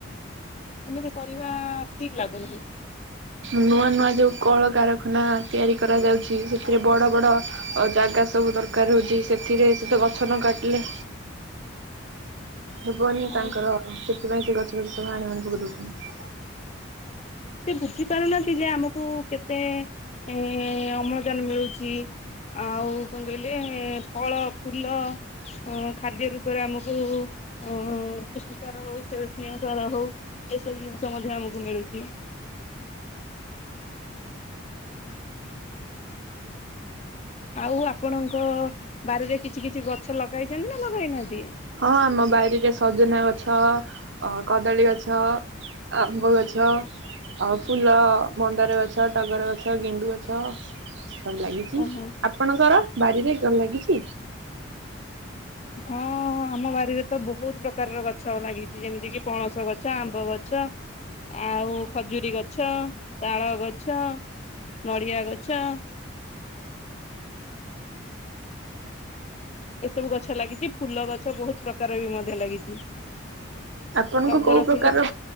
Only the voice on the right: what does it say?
ନୂଆ ନୂଆ ଯୋଉ କଳକାର ଖାନ ତିଆରି କରାଯାଉଛି ସେଥିରେ ବଡ଼ ବଡ଼ ଜାଗା ସବୁ ଦରକାର ହଉଛି ସେଥିରେ ସେତ ଗଛ ନ କାଟିଲେ ହେବନି
ତାଙ୍କର ସେଥିପାଇଁ ସେ ଗଛ ଫଛ ସବୁ ହାଣି ହୁଣି ପକେଇ ଦେଉଛନ୍ତି।
ହଁ ଆମ ବାରିରେ ସଜନା ଗଛ ଅ କଦଳୀ ଗଛ ଆମ୍ବ ଗଛ। ଅ ଫୁଲ ମନ୍ଦାର ଗଛ ଟଗର ଗଛ ଗେଣ୍ଡୁ ଗଛ। ସବୁ ଲାଗିଚି
ଆପଣଙ୍କର ବାରିରେ କଣ ଲାଗିଚି?
ଆପଣଙ୍କୁ
କୋଉ ପ୍ରକାର